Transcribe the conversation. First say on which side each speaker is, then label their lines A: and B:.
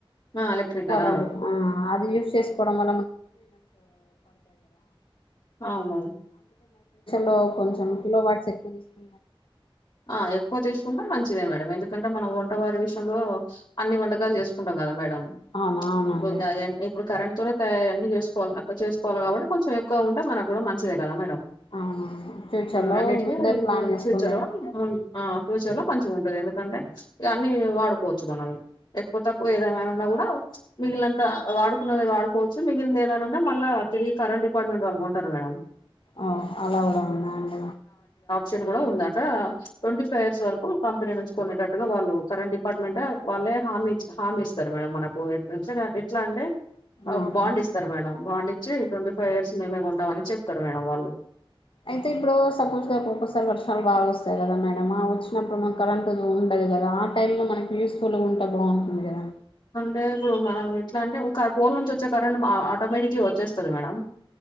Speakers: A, on the left; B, on the left.
A: ఆ ఎలక్ట్రికల్
B: తవదు ఆ అది వ ఎా అ మ
A: అవును
B: లో కొంచెం క లో వాట్స్ ఎక్కువ తీసుకు
A: ఆ ఎక్కువ తీసుకుంటే మంచిదే మేడం ఎందుకంటే మనం వంటవారి విషయంలో అన్ని వంటకాలు చేసుకుంటాం కదా మేడం
B: అవును అవునండి
A: ఇ గాయంటే ఇప్పుడు కరెంట్ తూర తయార అన్నీ చేకోల చేకోవాలి కాబట్ కొంచం ఎక్కువగా ఉంటే మనకు కూడా మంచిదే కదా మేడం
B: అవునవును ఫ్యూచర్
A: ఆ
B: లో
A: అన్నీటికి
B: ముందే
A: <unintelligible>
B: ప్లాన్ చేసుకుని
A: ఇచ్చారో
B: పెట్టుకుంటే
A: ఆ ఫ్యూచర్ లో మంచిగా ఉంటుంది ఎందుకంటే ఇవన్నీ వాడుకోవచ్చు మనం ఎక్కువ తక్కువ ఏదేమైనా కూడా మిగిలినంత వాడుకు వాడుకోవచ్చు మిగిలినద మళ్ళ తిరిగి కరెంట్ డిపార్ట్మెంట్ వాళ్ళు కొంటారు మేడం
B: ఓ అలా కూడా ఉందా అండి
A: షెట్ కూడా ఉన్నార్ కూడా ట్వంటీ ఫైవ్ ఇయర్స్ వరకు కంపెనీ నుంచి కొనేటట్గా వాళ్ళు కరంట్ డిపార్ట్మెంట్ వాళ్ళే హామీ ఇచ్ హామీ ఇస్తారు మేడం మనకు ఎట్ ఎట్లా అంటే
B: అవునా
A: బాండ్ ఇస్తారు మేడం బాండ్ ఇచ్చి ట్వంటీ ఫైవ్ ఇయర్స్ మేమే కొంటామని చెప్తారు మేడం వాళ్ళు
B: అయితే ఇప్పుడు సపోజ్గా ఒక్కసారి వర్షాలు బాగా వస్తాయి కదా మేడమ్ ఆ వచ్చినప్పుడు కరెంట్ ఉండదు వెదర్ ఆ టై లో మనకి యూస్ఫుల్గా ఉంటే బాగుంటుంది కదా
A: అంటే ఇప్పుడు మే ఇట్లా అంటే పోల్ నుంచి వచ్చే కరెంట్ ఆటోమేటిక్లీ వచ్చేస్తుంది మేడం